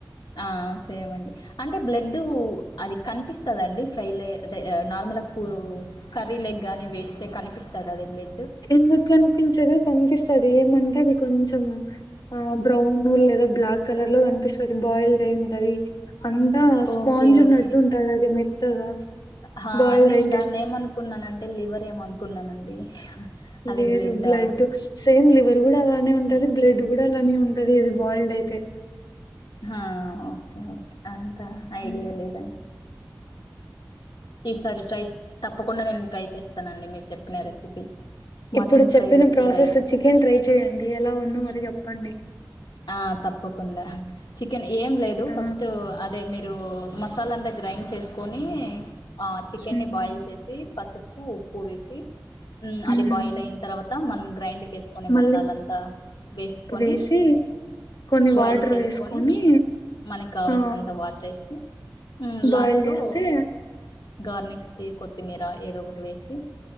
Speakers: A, on the left; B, on the left.
A: ఆ సేమండి అంటే బ్లడ్డు అది కనిపిస్ స్తదండి ఫ్రైలే అదే నార్మల్గా కూ కర్రీ లేగ్గాని వేస్తే కనిపిస్తదా అదే బ్ల
B: ఎందుకు కనిపించదు కనిపిస్తది ఏమంటే అది కొంచం ఆ బ్రౌన్ లేదా బ్లాక్ కలర్ లో కనిపిస్తది బాయిల్డ్ అయి ఉంటది. అంతా స్పాంజ్
A: ఓకే ఓకే
B: ఉన్నట్టు ఉంటది అది మెత్తగా
A: హా
B: బాయిల్డ్
A: నేను
B: అయితే
A: దాన్ని ఏమనుకున్నానంటే లివర్ ఏమో అనుకున్నానండి. అది
B: లేదు
A: బ్లడ్డా
B: బ్లడ్ సేమ్ లివర్ కూడా అలానే
A: ఓకే
B: ఉంటది, బ్లడ్ కూడా అలానే ఉంటది అది బాయిల్డ్ అయితే
A: హా ఓకే ఓకే అంత
B: హ్మ్.
A: ఐడియా లేదండి. ఈసారి ట్రై తప్పకుండా నేను ట్రై చేస్తానండి మీరు చెప్పిన రెసిపీ. మటన్
B: ఇప్పుడు చెప్పిన
A: ఫ్రై with
B: process
A: rice
B: chicken try చెయ్యండి ఎలా ఉందో మరి చెప్పండి.
A: ఆ తప్పకుండా చికెన్ ఏం లేదు
B: ఆ
A: ఫస్ట్ అదే మీరు మసాలా అంతా గ్రైండ్ చేసుకొని ఆ చికెన్ని
B: హ్మ్.
A: బాయిల్ చేసి పసుపు ఉప్పు వేసి ఉమ్
B: హ్మ్.
A: అది బాయిల్ అయిన తర్వాత మనం గ్రైండ్ కి ఏసుకునే
B: మళ్ళీ
A: మసాల అంతా వేసుకొని
B: వేసి కొన్ని
A: బాయిల్
B: వాటర్
A: చేసుకొని
B: వేసుకొని
A: మనకి కావాల్సినంత
B: ఆ
A: వాటర్ వేసి
B: బాయిల్
A: లాస్ట్ లో
B: చేస్తే
A: గార్నిక్స్ కి కొత్తిమీర ఏదో ఒకటి వేసి